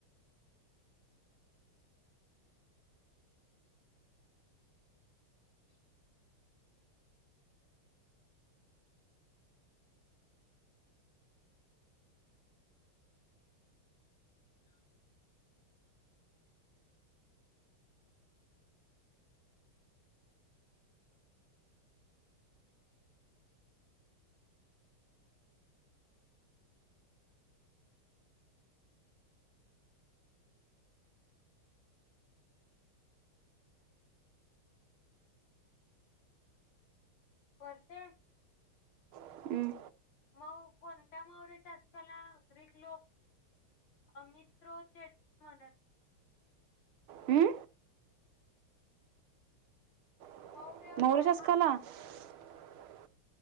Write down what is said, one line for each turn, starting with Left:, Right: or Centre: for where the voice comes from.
Left: <inaudible> <unintelligible> फारसे
Right: हम्म?
Left: म कोणत्या <unintelligible> ग्रीक लोक <unintelligible> म्हणत?
Right: हम्म? <unintelligible>
Left: मौर्य काळात